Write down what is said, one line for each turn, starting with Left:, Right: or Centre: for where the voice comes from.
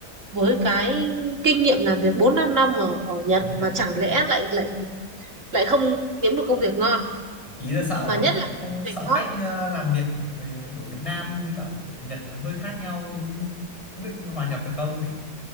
Right: với cái kinh nghiệm làm việc 4 5 năm ở ở Nhật
Left: nó Nhật.
Right: mà chẳng lẽ lại lại lại không kiếm được công việc ngon
Left: Ý là sợ
Right: mà
Left: nó
Right: nhất là cái chuyên
Left: sợ
Right: ngành hot
Left: cách ờ, làm việc của người ở Việt Nam với cả Nhật nó hơi khác nhau nên không biết hòa nhập được không.